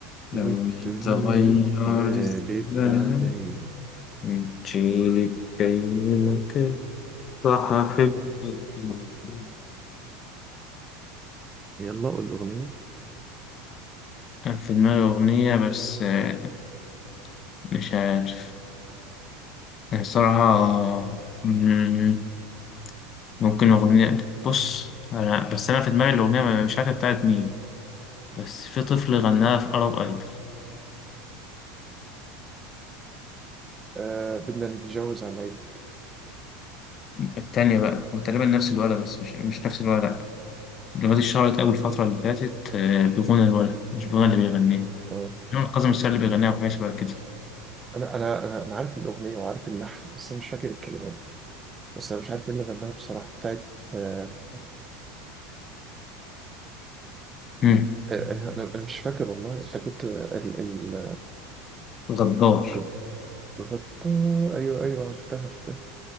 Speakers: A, on the left; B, on the right.
A: لو
B: والدنيا
A: يتغير
B: مالت
A: الزمن
B: عليا
A: وتجيلي بأي مكان راح أحبك موجود.
B: يلا قول الاغنيه
A: كان في دماغي أغنية بس آه، مش عارف يعني صراحة مم، ممكن أغنية بص أنا بس أنا في دماغي الأغنية مش عارف بتاعت مين بس في طفل غناها في أرب أيدل
B: آه بدنا نتجوز عليك
A: التانية بقى وتقريبا نفس الولد بس مش مش نفس الولد الأغنية دي اتشهرت أول الفترة اللي فاتت آه، بغنى الولد مش بغنى اللي بيغنيه
B: آه.
A: جمال كاظم الساهر اللي بيغنيها وحاجة شبه كده
B: انا انا انا أنا عارف الاغنيه وعارف اللحن بس انا مش فاكر الكلمات بس انا مش عارف مين اللي غناها بصراحه بتاعت آه
A: مم.
B: آه، انا أنا- أنا مش فاكر والله انت كنت ال ال
A: غدار
B: كنت غطا ايوه ايوه عرفتها عرفتها